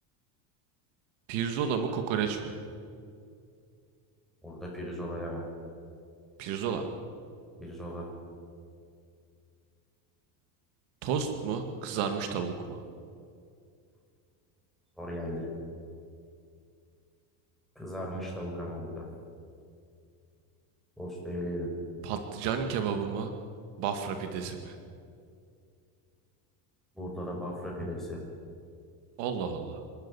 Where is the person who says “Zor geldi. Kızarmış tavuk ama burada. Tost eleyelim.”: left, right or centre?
Centre